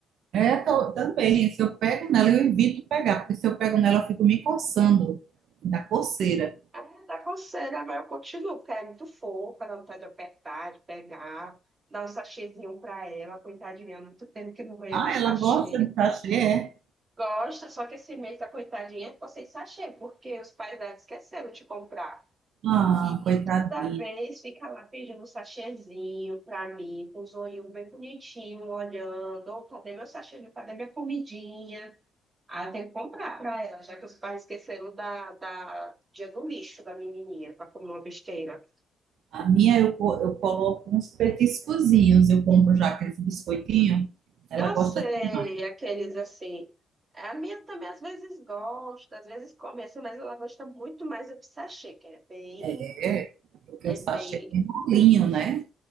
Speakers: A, on the right; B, on the right.
A: É, tô- também, se eu pego nela, eu evito pegar, porque se eu pego nela, eu fico me coçando da coceira.
B: Aí dá coceira, mas eu continuo, porque ela é muito fofa, ela não tá de apertar, de pegar, dá um sachêzinho pra ela, coitadinha, há muito tempo que não ganhou
A: Ah,
B: um sachê.
A: ela gosta de sachê, é?
B: Gosta, só que esse mês a coitadinha ficou sem sachê, porque os pais dela esqueceram de comprar.
A: Ah,
B: E
A: coitadinha.
B: toda vez fica lá pedindo um sachêzinho pra mim, com os olhinhos bem bonitinhos, olhando, ou cadê meu sachê, cadê minha comidinha? Ah, tem que comprar pra ela, já que os pais esqueceram da, da dia do lixo da menininha, pra comer uma besteira.
A: A minha eu, co- eu coloco uns petiscozinhos, eu compro já aqueles biscoitinhos, ela
B: Eu
A: gosta
B: sei,
A: demais.
B: aqueles assim. é, A minha também às vezes gosta, às vezes come assim, mas ela gosta muito mais do sachê, que é bem,
A: É, porque
B: é
A: o sachê
B: bem.
A: tem molinho, né?